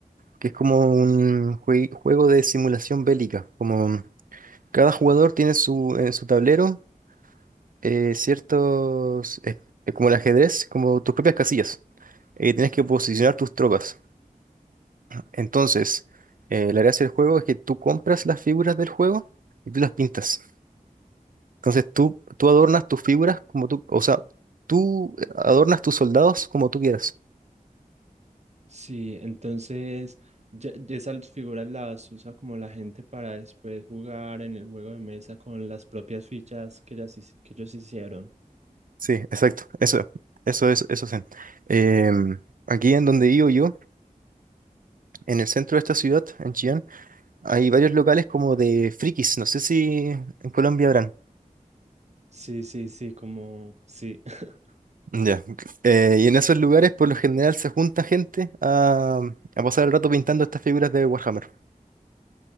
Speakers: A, on the right; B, on the right.
A: que es como un jue- juego de simulación bélica. Como cada jugador tiene su, en su tablero eh, ciertos, eh, como el ajedrez, como tus propias casillas. Eh, tienes que posicionar tus tropas. Entonces, eh, la gracia del juego es que tú compras las figuras del juego y tú las pintas. Entonces tú, tú adornas tus figuras como tú, o sea, tú adornas tus soldados como tú quieras.
B: Sí, entonces ya- ya esas figuras las usa como la gente para después jugar en el juego de mesa con las propias fichas que, ellas hic- que ellos hicieron.
A: Sí, exacto. Eso, eso es, eso es. Em, aquí en donde vivo yo, en el centro de esta ciudad, en Chillán, hay varios locales como de frikis. No sé si en Colombia habrán.
B: Sí, sí, sí, como sí, <laughs>
A: Ya. Eh, y en esos lugares, por lo general, se junta gente a, a pasar el rato pintando estas figuras de Warhammer.